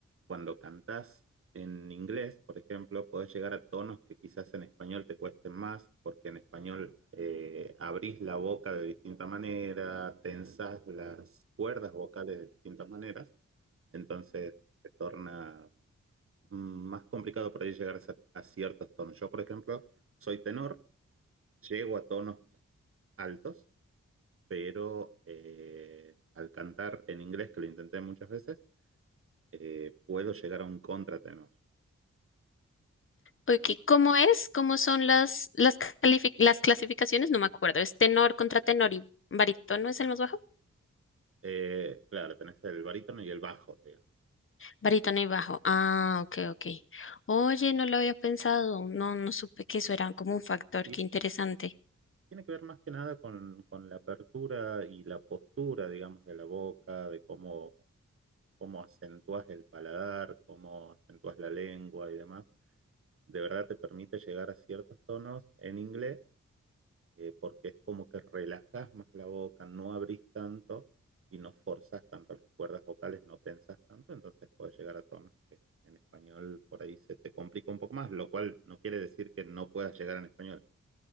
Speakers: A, on the right; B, on the left.
A: cuando cantás en inglés, por ejemplo, podés llegar a tonos que quizás en español te cuesten más, porque en español eh, abrís la boca de distinta manera, tensás las cuerdas vocales de distintas maneras, entonces se torna mm, más complicado por ahí llegar a, cer- a ciertos tonos. Yo, por ejemplo, soy tenor, llego a tonos altos pero eh, al cantar en inglés, que lo intenté muchas veces, eh, puedo llegar a un contratenor.
B: Ok, ¿cómo es? ¿Cómo son las, las, califi- las clasificaciones? No me acuerdo. ¿Es tenor contra tenor y barítono es el más bajo?
A: Eh, claro, tenés el barítono y el bajo, digamos.
B: Barítono y bajo. Ah, ok, ok. Oye, no lo había pensado. No, no supe que eso era como un factor.
A: Y
B: Qué interesante.
A: tiene que ver más que nada con, con la apertura y la postura, digamos, de la boca, de cómo, cómo acentúas el paladar, cómo acentúas la lengua y demás. De verdad te permite llegar a ciertos tonos en inglés eh, porque es como que relajás más la boca, no abrís tanto y no forzas tanto las cuerdas vocales, no tensas tanto, entonces puedes llegar a tonos que en español por ahí se te complica un poco más, lo cual no quiere decir que no puedas llegar en español,